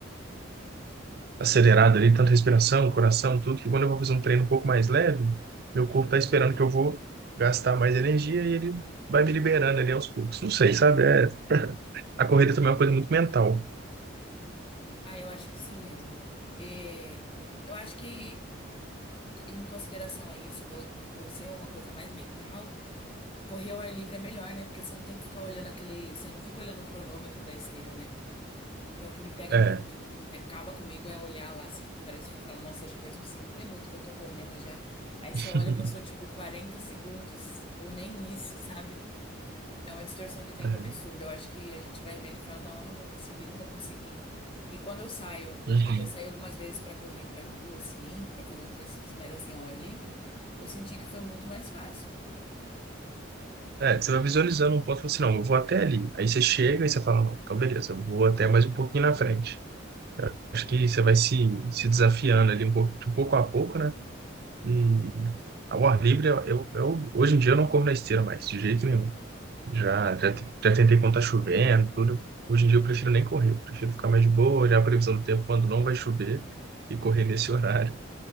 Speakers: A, on the right; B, on the left.
A: acelerado ali, tanta respiração, coração, tudo, que quando eu vou fazer um treino um pouco mais leve, meu corpo tá esperando que eu vou gastar mais energia e ele vai me liberando ali aos poucos. Não sei, sabe? É, a corrida também é uma coisa muito mental.
B: Ah, eu acho que sim mesmo. É, eu acho que, em consideração a isso, pelo- por ser uma coisa mais mental, correr ao ar livre é melhor, né? Porque você não tem que ficar olhando aquele. Você não fica olhando o cronômetro da esteira, né? Que é o que me pega
A: É,
B: muito, que me- acaba comigo é olhar lá, se, tipo, parece que você fala, nossa, acho que faz uns cinco minutos que eu tô correndo já. Aí
A: <laughs>
B: você olha, passou tipo 40 segundos, ou nem isso, sabe? É uma distorção de tempo
A: É.
B: absurda. Eu acho que a gente vai vendo e fala, não, eu não vou conseguir, não vou conseguir. E quando eu saio,
A: Uhum.
B: eu já saí algumas vezes pra correr pra rua, assim, pra fazer uns exercícios mais assim ao ar livre, eu senti que foi muito mais fácil.
A: é, é, você vai visualizando um ponto e fala assim, não, eu vou até ali. Aí você chega e você fala, não, então beleza, eu vou até mais um pouquinho na frente. Acho que você vai se, se desafiando ali um pouco, de pouco a pouco, né? E ao ar livre, eu, eu, eu- hoje em dia eu não corro na esteira mais, de jeito nenhum. Já, já, te- já tentei quando tá chovendo, tudo. Hoje em dia eu prefiro nem correr, eu prefiro ficar mais de boa, olhar a previsão do tempo quando não vai chover e correr nesse horário,